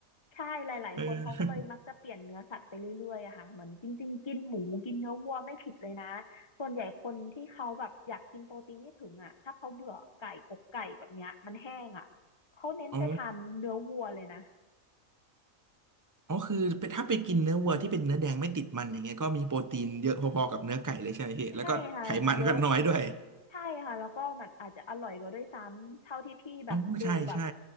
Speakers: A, on the left (about 20°); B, on the right (about 15°).
A: ใช่หลายๆคนเขาก็เลยมักจะเปลี่ยนเนื้อสัตว์ไปเรื่อยๆอะค่ะเหมือนจริง
B: เออ
A: ๆ กินหมูกินเนื้อวัวไม่ผิดเลยนะ ส่วนใหญ่คนที่เขาแบบอยากกินโปรตีนที่ถึงอะถ้าเขาเบื่อไก่อกไก่แบบเนี้ยมันแห้งอะเขาเน้นไปทานเนื้อวัวเลยนะ
B: อ๋ออ๋อคือเป็นถ้าไปกินเนื้อวัวที่เป็นเนื้อแดงไม่ติดมันอย่างเงี้ยก็มีโปรตีนเยอะพอๆกับเนื้อไก่เลยใช่ไหมพี่แล้วก็ไขมันก็น้อยด้วย
A: ใช่ค่ะเยอะใช่ค่ะแล้วก็มันอาจจะอร่อยกว่าด้วยซ้ำเท่าที่พี่แบบดูแบบ
B: อ๋อใช่ใช่